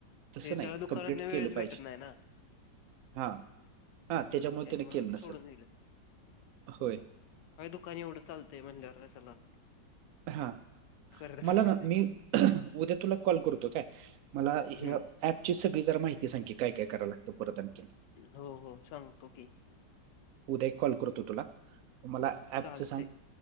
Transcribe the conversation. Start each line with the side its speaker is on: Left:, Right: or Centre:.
Right: तसं
Left: ते
Right: नाही
Left: त्याला दुकानातन
Right: कमप्लीट
Left: वेळच
Right: केलं
Left: भेटत
Right: पाहिजे.
Left: नाही ना
Right: हा हा
Left: हम्म
Right: त्याच्यामुळे
Left: त्यामुळं
Right: त्याने केलं नसेल
Left: सोडून दिलं
Right: होय
Left: काय दुकाने एवढं चालते म्हणल्यावर कशाला.
Right: हा
Left: करत
Right: मला
Left: बसायचं
Right: ना मी उद्या तुला कॉल करतो काय मला हे
Left: हम्म
Right: अ ऍपची सग जरा माहिती सांकी काय काय कराय लागत परत आणखी
Left: हो हो सांगतो की
Right: उद्या एक कॉल करतो तुला मला ऍपच
Left: चालतंय
Right: सांग